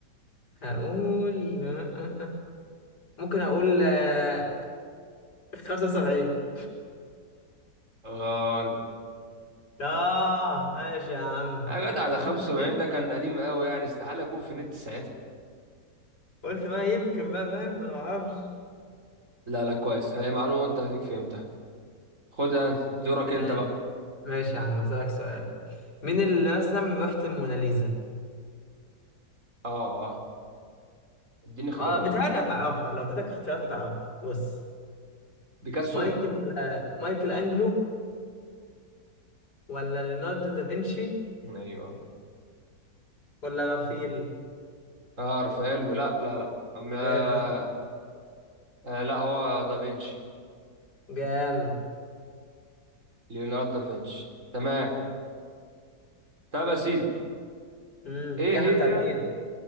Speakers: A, on the left; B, on the right.
A: هقول <laughs> ممكن اقول آه، 75
B: غلط
A: اه ماشي يا عم
B: يا جدع ده
A: 83
B: 75 ده كان قديم قوي يعني استحالة يكون في النت ساعتها
A: قلت ما يمكن بقى فاهم ما نعرفش
B: لا لا كويس هي معلومة انت هديك فهمتها خدها دورك
A: ماشي
B: انت بقى
A: ماشي يا عم هسألك سؤال مين اللي رسم لوحة الموناليزا
B: اه اه اديني اختيارات
A: ما بتهيألي هتعرفها لو اديتك اختيارات هتعرفها بص
B: بيكاسو
A: مايكل آه، مايكل انجلو ولا ليوناردو دافنشي
B: ايوه
A: ولا رافيل
B: اه رافاييلو لا لا لا أم...
A: رافائيل
B: آه
A: قصدي
B: آه، لا هو دافينشي
A: جامد
B: ليوناردو دافينشي تمام طب يا سيدي
A: امم
B: ايه
A: كده
B: هي
A: احنا متعادلين